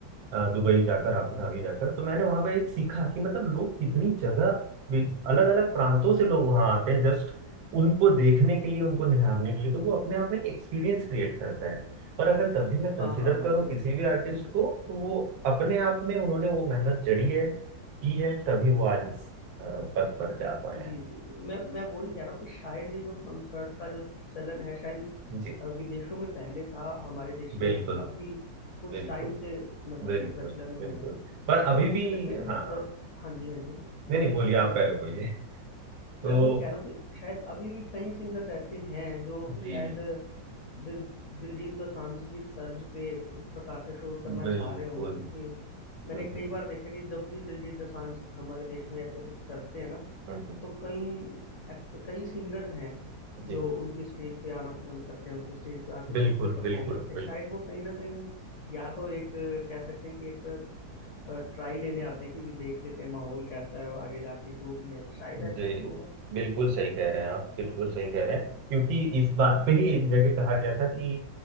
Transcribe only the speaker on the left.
हाँ
हाँ हाँ
बिल्कुल
बिल्कुल
बिल्कुल
जी जी जी मैं मैं वही कह रहा हूँ कि शायद ये जो कंसर्ट का जो चलन है शायद
अ, विदेशों में पहले था हमारे देश
में अभी कुछ
टाइम से मतलब
कि प्रचलन
में है
और मुझे
लगता है कि
अ, हाँ जी हाँ जी
बोलिए
प्लीज
बोलिए
मैं वही कह रहा हूँ कि शायद अभी भी कई सिंगर्स ऐसे हैं जो
शायद दिल दिलजीत दोसांझ की तर्ज पे इस प्रकार से शोध करना
चाह रहे होंगे क्योंकि मैंने
कई बार देखा कि जब भी दिलजीत दोसांझ हमारे देश में ऐसे कुछ करते हैं ना
तो कई act- कई सिंगर्स हैं जो
उनकी स्टेज पे आना पसंद करते हैं उनकी स्टेज पे आके
खुद से परफॉर्म
करते हैं
शायद वो कहीं ना कहीं या तो एक अ, कह सकते हैं कि एक ट्राई लेने आते हैं कि जी देख लेते हैं माहौल कैसा है आगे जाके जो भी है शायद
ऐसा कुछ होगा
ना